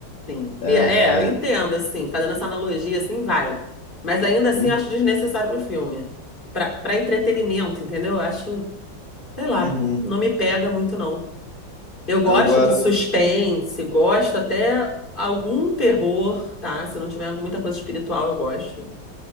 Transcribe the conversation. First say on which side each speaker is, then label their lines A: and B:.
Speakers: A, on the left; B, on the left.
A: Sim.
B: É,
A: E é, eu entendo, assim, fazendo essa analogia, assim, vai. Mas ainda assim,
B: hum,
A: eu acho desnecessário pro filme. Pra, pra entretenimento, entendeu? Eu acho, sei lá,
B: uhum.
A: não me pega muito, não. Eu gosto
B: Agora,
A: de suspense, gosto até algum terror, tá? Se não tiver muita coisa espiritual, eu gosto.